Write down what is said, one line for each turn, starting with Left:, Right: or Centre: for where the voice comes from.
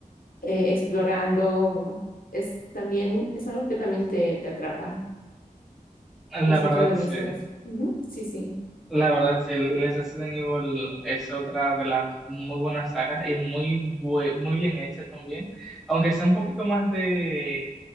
Left: eh, explorando, es también, es algo que también te, te atrapa.
Centre: La
Left: Es
Centre: verdad,
Left: otra de
Centre: sí.
Left: mis sagas. Ujú, Sí, sí,
Centre: La verdad, sí, el el Resident Evil es otra de las muy buenas sagas y muy, bue- muy bien hecha también. Aunque sea un poquito más de,